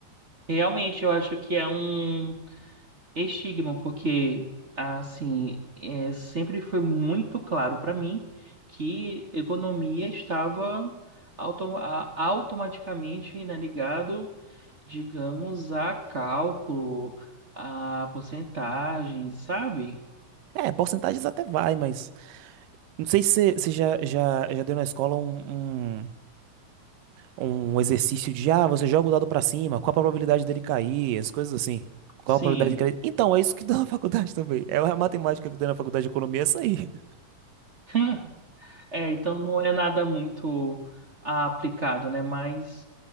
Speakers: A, on the right (about 50°); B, on the right (about 85°).
A: Realmente, eu acho que é um estigma, porque assim, é, sempre foi muito claro para mim que economia estava auto- a- automaticamente, né, ligado, digamos, a cálculo, a porcentagens, sabe?
B: É, porcentagens até vai, mas não sei se você já, já, já deu na escola um, um um exercício de, ah, você joga o dado pra cima, qual a probabilidade dele cair, essas coisas assim. Qual
A: Sim.
B: a probabilidade de cair? Então, é isso que dá na <laughs> faculdade também. É a matemática que dá na faculdade de economia, é essa aí. <laughs>
A: <laughs> É, então não é nada muito aplicado, né? Mais